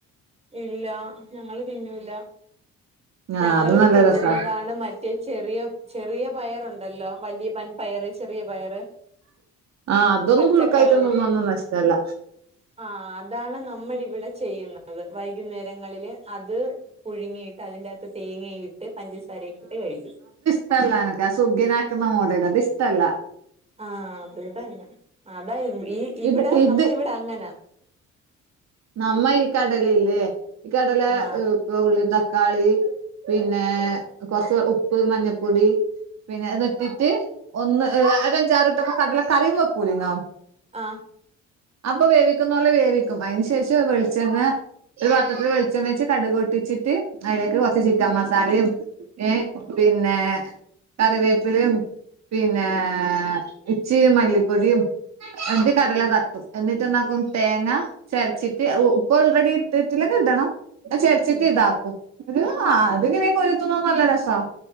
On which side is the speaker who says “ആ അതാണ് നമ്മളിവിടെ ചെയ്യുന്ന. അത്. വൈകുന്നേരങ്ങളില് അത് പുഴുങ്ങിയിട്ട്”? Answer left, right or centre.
Right